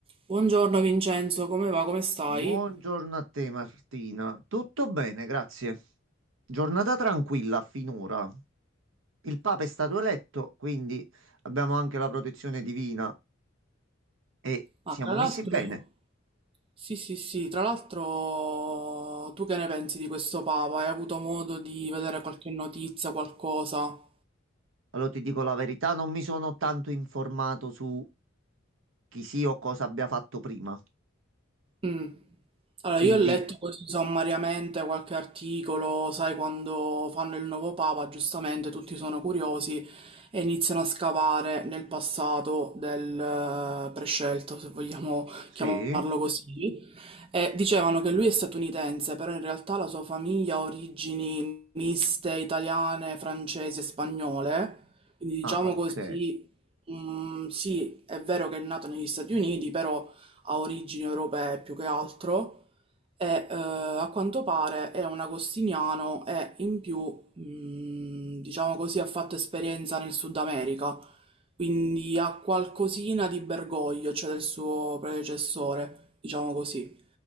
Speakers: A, on the right; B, on the right.
A: Buongiorno Vincenzo, come va? Come stai?
B: Buongiorno a te Martina, tutto bene, grazie. Giornata tranquilla finora. Il Papa è stato eletto, quindi abbiamo anche la protezione divina e
A: Ah,
B: siamo
A: tra l'altro,
B: messi bene.
A: sì, sì, sì, tra l'altro, tu che ne pensi di questo Papa? Hai avuto modo di vedere qualche notizia, qualcosa?
B: Allora ti dico la verità, non mi sono tanto informato su chi sia o cosa abbia fatto prima.
A: Mm. Allora,
B: Quindi
A: io ho letto così sommariamente qualche articolo, sai, quando fanno il nuovo papa, giustamente tutti sono curiosi e iniziano a scavare nel passato del eh, prescelto, se vogliamo
B: sì,
A: chiamarlo così. E dicevano che lui è statunitense, però in realtà la sua famiglia ha origini miste italiane, francesi e spagnole, quindi diciamo
B: ah ok.
A: così, mm, sì, è vero che è nato negli Stati Uniti, però ha origini europee più che altro e eh, a quanto pare è un agostiniano e in più, mh, diciamo così, ha fatto esperienza nel Sud America, quindi ha qualcosina di Bergoglio, cioè del suo predecessore, diciamo così.